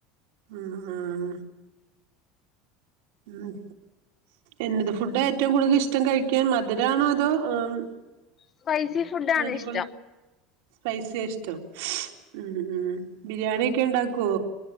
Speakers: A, on the right (about 75°); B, on the left (about 25°).
A: ഉം ഉം ഉം. എന്നത് ഫുഡാ ഏറ്റവും കൂടുതലിഷ്ടം കഴിക്കാൻ മധുരാണോ അതോ ഉം.
B: സ്പൈസി ഫുഡാണ്
A: എരിവുൾ
B: ഇഷ്ടം
A: സ്പൈസിയാ ഇഷ്ടം ഉം ഉം. ബിരിയാണിയൊക്കെ ഉണ്ടാക്കോ.